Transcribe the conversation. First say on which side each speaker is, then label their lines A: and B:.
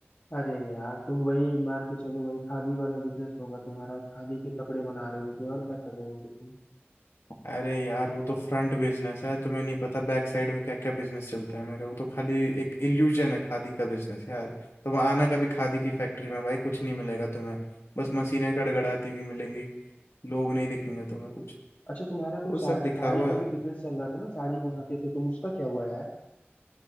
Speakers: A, on the left; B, on the left.
A: अरे यार तुम वही मान के चलो वही खादी वाला बिजनेस होगा तुम्हारा खादी के कपड़े बना रहे होगे और क्या कर रहे होगे तुम
B: अरे यार वो तो फ्रंट बिजनेस है तुम्हें नहीं पता बैक साइड में क्या क्या बिजनेस चलते हैं मेरे वो तो खाली एक इल्यूजन है खादी का बिजनेस यार तुम आना कभी खादी की फैक्ट्री में भाई कुछ नहीं मिलेगा तुम्हें बस मशीनें गड़गड़ाती हुई मिलेंगी लोग नहीं दिखेंगे तुम्हें कुछ
A: अच्छा तुम्हारा तो
B: वो
A: सा,
B: सब दिखावा
A: साड़ी का
B: है
A: भी बिजनेस चल रहा था ना साड़ी बनाते थे तुम उसका क्या हुआ यार